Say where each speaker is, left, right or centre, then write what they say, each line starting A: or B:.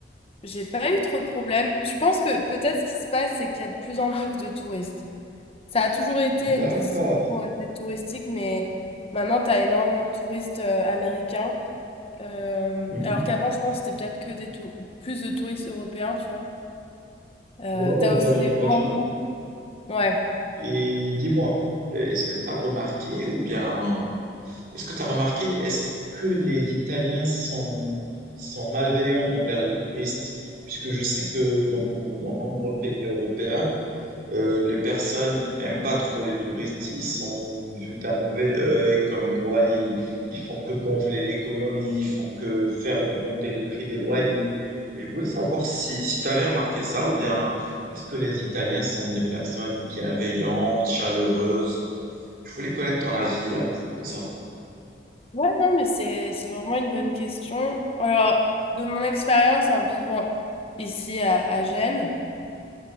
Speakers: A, on the left; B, on the right.
A: j'ai pas eu trop de problèmes. Je pense que peut-être ce qui se passe, c'est qu'il y a de plus en plus de touristes. Ça a toujours été
B: D'accord.
A: une destination assez touristique, mais maintenant, tu as énormément de touristes euh, américains. Euh,
B: Mhm.
A: alors qu'avant, je pense que c'était peut-être que des tou- plus de touristes européens, tu vois. Euh,
B: Ouais, ouais,
A: tu as
B: je vois,
A: aussi
B: genre,
A: des
B: je vois,
A: grands
B: genre.
A: groupes. Ouais.
B: Et dis-moi, euh, est-ce que tu as remarqué ou bien Est-ce que tu as remarqué, est-ce que les Italiens sont, sont malveillants envers les touristes? Puisque je sais que dans, dans nombreux pays européens, euh, les personnes n'aiment pas trop les touristes. Ils sont vus d'un mauvais œil, comme quoi ils, ils font que gonfler l'économie, ils font que faire augmenter les prix des loyers. Et je voulais savoir si, si tu avais remarqué ça ou bien est-ce que les Italiens sont des personnes bienveillantes, chaleureuses? Je voulais connaître ton avis à propos de ça.
A: Ouais, non, mais c'est, c'est vraiment une bonne question. Alors, de mon expérience en vivant ici à, à Gênes,